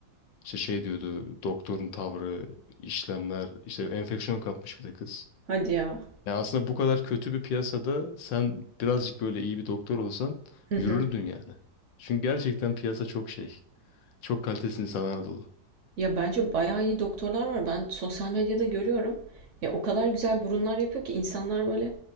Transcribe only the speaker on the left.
İşte şey diyordu doktorun tavrı, işlemler, işte enfeksiyon kapmış bir de kız.
Yani aslında bu kadar kötü bir piyasada sen birazcık böyle iyi bir doktor olsan
yürürdün yani. Çünkü gerçekten piyasa çok şey. Çok kalitesiz insanlarla dolu.